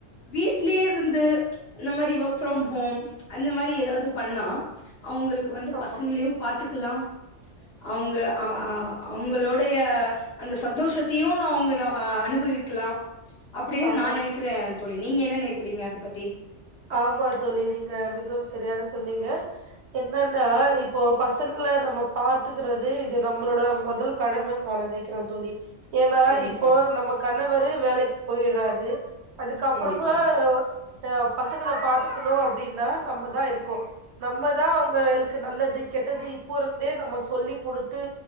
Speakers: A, on the left; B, on the right.
A: வீட்லயே இருந்து அந்த மாரி ஒர்க் ஃப்ரம் ஹோம் அந்த மாரி ஏதாவது பண்ணா அவுங்களுக்கு வந்து
B: ஆமா
A: பசங்களயும் பாத்துக்கலா அவுங்க அ அ அவுங்களோடய அந்த சந்தோஷத்தையு நா அவுங்க நா அ அனுபவிக்கலா அப்டின்னு
B: ஆமா
A: நா நெனக்கிறே தோழி நீங்க என்ன நெனக்கிறீங்க அதை பத்தி
B: ஆமா தோழி நீங்க மிகவும் சரியாக சொன்னீங்க என்னன்னா இப்போ பசங்கள நம்ம பாத்துக்கறது இது நம்மளோட மொதல் கடமன்னு நா நெனக்கிற தோழி ஏன்னா
A: கண்டிப்பா
B: இப்போ நம்ம கணவரு வேலைக்கு போய்றாரு அதுக்கப்புறமா
A: கண்டிப்பா
B: அ பசங்கள பாத்துக்கணு அப்டின்னா நம்மதா இருக்கோ நம்மதா அவுங்களுக்கு நல்லது கெட்டது இப்போருந்தே நம்ம சொல்லி குடுத்து